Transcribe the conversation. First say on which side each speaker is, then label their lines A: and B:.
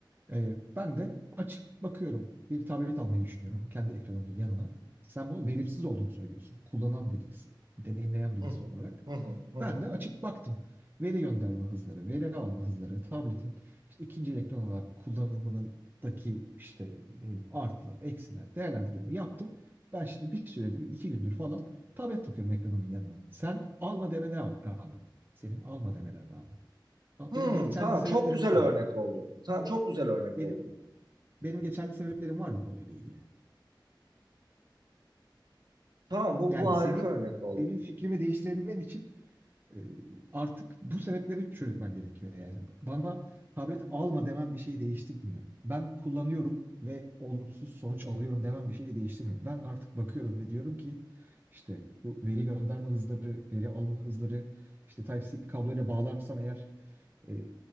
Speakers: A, on the right; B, on the right.
A: Ee, ben de açıp bakıyorum. Bir tablet almayı düşünüyorum kendi ekranımın yanına. Sen bunun verimsiz olduğunu söylüyorsun. Kullanan birisi, deneyimleyen birisi
B: Hı hı.
A: olarak.
B: Hı hı. Hı
A: Ben
B: hı.
A: de açıp baktım. Veri gönderme hızları, veri alma hızları, tabletin işte ikinci ekran olarak kullanımındaki işte ne bileyim artılar, eksiler, değerlendirmemi yaptım. Ben şimdi bir süredir, iki gündür falan tablet bakıyorum ekranımın yanına. Sen alma demene rağmen, senin alma demene rağmen. Ama
B: Hmm,
A: benim geçerli
B: tamam
A: sebeplerim
B: çok güzel
A: var.
B: örnek oldu. Tamam çok güzel örnek
A: Benim
B: oldu.
A: benim geçerli sebeplerim var bu konuyla ilgili.
B: Tamam bu
A: Yani
B: bu harika
A: senin
B: örnek oldu.
A: benim fikrimi değiştirebilmen için e, artık bu sebepleri çürütmen gerekiyor yani. Bana tablet alma demem bir şeyi değiştirmiyor. Ben kullanıyorum ve olumsuz sonuç alıyorum demem bir şeyi değiştirmiyor. Ben artık bakıyorum ve diyorum ki işte bu veri gönderme hızları, veri alma hızları işte Type-C kabloyla bağlarsam eğer e,